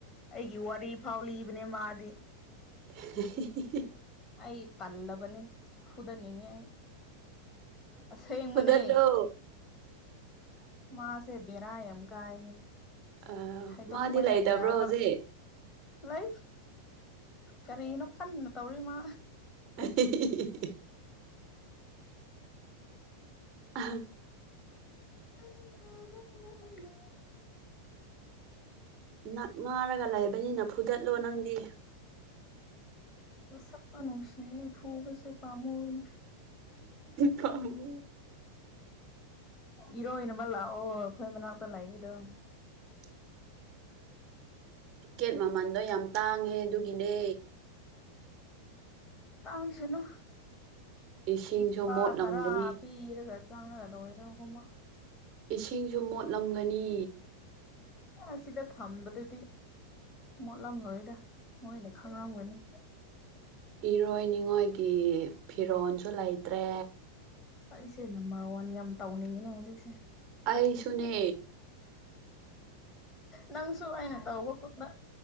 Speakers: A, on the left (about 25°); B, on the right (about 40°).
A: ꯑꯩꯒꯤ ꯋꯥꯔꯤ ꯐꯥꯎ ꯂꯤꯕꯅꯦ ꯃꯥꯗꯤ
B: <unintelligible> <inaudible>
A: ꯑꯩ ꯇꯜꯂꯕꯅꯤ ꯐꯨꯗꯅꯤꯡꯉꯦ ꯑꯁꯦꯡꯕꯅꯦ
B: ꯐꯨꯗꯠꯂꯣ
A: ꯃꯥꯁꯦꯕꯦꯔ ꯑꯦꯝ ꯀꯥꯏꯅꯤ
B: ꯑ
A: ꯍꯥꯏꯗꯣꯛꯄ
B: ꯃꯥꯗꯤ ꯂꯩꯇꯕ꯭ꯔꯣ
A: ꯌꯥꯕ
B: ꯍꯧꯖꯤꯛ
A: ꯂꯩ ꯀꯔꯤꯅꯣ ꯀꯟꯅ ꯇꯧꯔꯤꯃ
B: <unintelligible> <inaudible> ꯑ <unintelligible> <inaudible>
A: ꯀꯚꯅꯃꯅ
B: ꯅꯛ ꯉꯥꯔꯒ ꯂꯩꯕꯅꯤꯅ ꯐꯨꯗꯠꯂꯣ ꯅꯪꯗꯤ
A: ꯁꯞꯄꯅꯅꯨꯡ ꯁꯤꯤꯅꯤ ꯐꯨꯒꯁꯨ ꯄꯥꯝꯃꯨ ꯑꯣꯏꯅꯤ
B: ꯀ <unintelligible> <inaudible>
A: ꯏꯔꯣꯏꯅꯕ ꯂꯥꯛꯑꯣ ꯑꯩꯈꯣꯏ ꯃꯅꯥꯛꯇ ꯂꯥꯛꯑꯦ ꯑꯗꯨꯝ
B: <unintelligible> <inaudible> ꯇꯤꯛꯀꯦꯠ ꯃꯃꯟꯗꯣ ꯌꯥꯝ ꯇꯥꯡꯉꯦ ꯑꯗꯨꯒꯤꯅꯦ
A: ꯇꯥꯡꯁꯤꯅꯣ
B: ꯏꯁꯤꯡꯁꯨ
A: ꯅꯨꯄꯥ
B: ꯃꯣꯠꯂꯝꯒꯅꯤ
A: ꯇꯔꯥ ꯄꯤꯔꯒ ꯆꯥꯡꯉꯂꯣꯗꯒꯃ
B: ꯏꯁꯤꯡꯁꯨ ꯃꯣꯠꯂꯝꯒꯅꯤ
A: ꯑ ꯁꯤꯗ ꯊꯝꯕꯗꯨꯗꯤ ꯃꯣꯠꯂꯝꯂꯣꯏꯗ ꯅꯣꯏꯅ ꯈꯪꯉꯝꯒꯅꯤ꯫
B: ꯏꯔꯣꯏꯅꯤꯡꯉꯣꯏꯒꯤ ꯐꯤꯔꯣꯜꯁꯨ ꯂꯩꯇ꯭ꯔꯦ꯫
A: ꯑꯩꯁꯦ ꯅꯝꯕꯔ ꯋꯥꯟ ꯌꯥꯝ ꯇꯧꯅꯤꯡꯉꯤꯅꯦ ꯍꯧꯖꯤꯛꯁꯦ꯫
B: ꯑꯩꯁꯨꯅꯦ
A: ꯅꯪꯁꯨꯨ ꯍꯥꯏꯅ ꯇꯧꯕ ꯀꯨ ꯕ